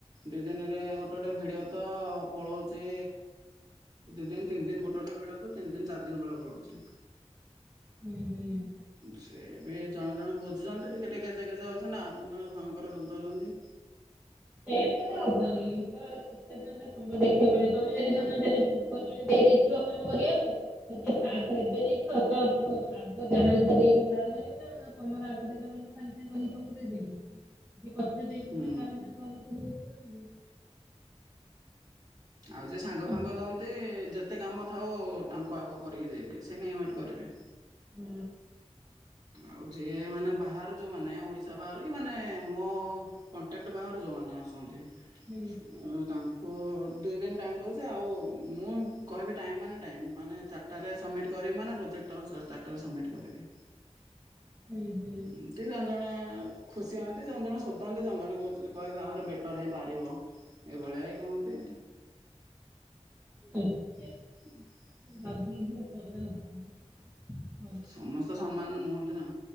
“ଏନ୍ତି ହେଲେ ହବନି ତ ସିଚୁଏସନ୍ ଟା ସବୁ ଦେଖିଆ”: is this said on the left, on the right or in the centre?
Centre